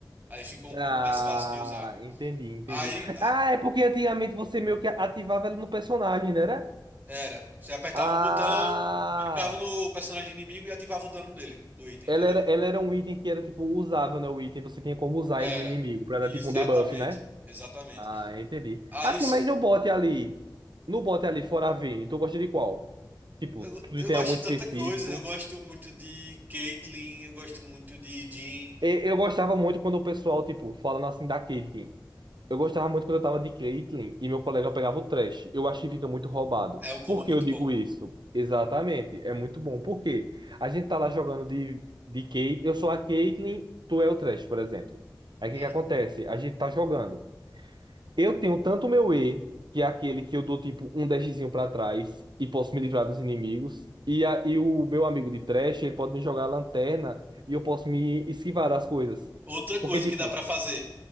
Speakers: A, on the right; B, on the right.
A: Aí ficou um
B: Ah,
A: pouco mais fácil de usar.
B: entendi, entendi.
A: Aí a-
B: Ah, é porque antigamente você meio que ativava ela no personagem, né? era?
A: era, você apertava
B: Ah,
A: um botão, clicava no personagem inimigo e ativava o dano dele, do item,
B: ela
A: entendeu?
B: era, ela era um item que era tipo usável, né? O item você tinha como usar
A: Era.
B: ele no inimigo pra
A: Exatamente.
B: dar tipo um debuff, né?
A: Exatamente.
B: Ah, entendi.
A: Aí
B: Assim,
A: isso-
B: mas no bot ali, no bot ali fora a Vayne, tu gosta de qual? Tipo,
A: eu,
B: tu
A: eu
B: tem
A: gosto
B: algum
A: de
B: específico?
A: tanta coisa, eu gosto muito de Caitlyn, eu gosto muito de Jhin,
B: E- Eu gostava muito quando o pessoal, tipo, falando assim da Caitlyn. Eu gostava muito quando eu tava de Caitlyn e meu colega pegava o trash. Eu acho que fica muito roubado.
A: é um combo
B: Por que
A: muito
B: eu digo
A: bom.
B: isso? Exatamente, é muito bom. Por quê? A gente tá lá jogando de, de Caitlyn, eu sou a Caitlyn, tu é o trash, por exemplo. Aí o que
A: Ah.
B: que acontece? A gente tá jogando. Eu tenho tanto meu E, que é aquele que eu dou tipo um dashzinho pra trás e posso me livrar dos inimigos. E, a, e o meu amigo de trash, ele pode me jogar a lanterna e eu posso me esquivar das coisas.
A: Outra
B: Porque,
A: coisa
B: tipo,
A: que dá pra fazer,